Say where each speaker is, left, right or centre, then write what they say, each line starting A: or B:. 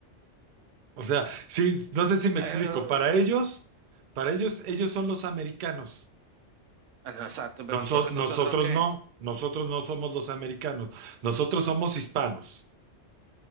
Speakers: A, on the right; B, on the right.
A: O sea, sí, no sé si me explico,
B: Ah,
A: para ellos, para ellos, ellos son los americanos,
B: ah, exacto, pero
A: Noso-
B: entonces
A: nosotros
B: nosotros qué,
A: no, nosotros no somos los americanos, nosotros somos hispanos.